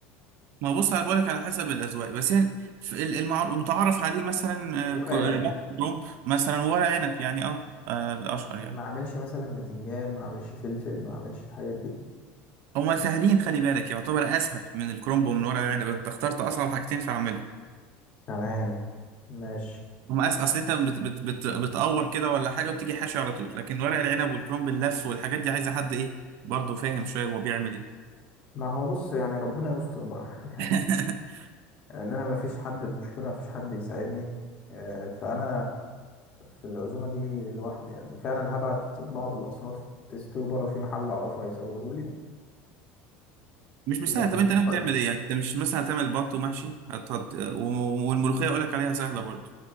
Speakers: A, on the right; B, on the left.
A: ما بص انا بقولك على حسب الاذواق بس يعني في ال- المعر- المتعارف عليه مثلا
B: ورق
A: آه، كو-
B: العنب
A: كرنب مثلا ورق عنب يعني اه آه، الاشهر يعني
B: ما اعملش مثلا بتنجان ما اعملش فلفل ما اعملش الحاجات دي
A: هما سهلين خلي بالك يعتبر اسهل من الكرنب ومن ورق العنب انت اخترت اصعب حاجتين فاعملهم
B: تمام ماشي
A: هما أس... اصل انت بت... بت... بت... بتقور كده ولا حاجه وتيجي حاشي على طول لكن ورق العنب والكرنب اللف والحاجات دي عايزه حد ايه برضه فاهم شويه هو بيعمل ايه
B: ما هو بص يعني ربنا يستر بقى <laughs>
A: <laughs>
B: ان انا مفيش حد المشكله مفيش حد يساعدني آه، فانا في العزومه دي لوحدي يعني فعلا هبعت بعض الاصناف تستوي بره في محل اعرفه هيسويهولي
A: مش مش
B: لكن
A: سهل طب انت ناوي
B: طيب
A: تعمل ايه يعني انت مش مثلا هتعمل بط ومحشي هت... هت... و- والملوخيه اقول لك عليها سهله برضه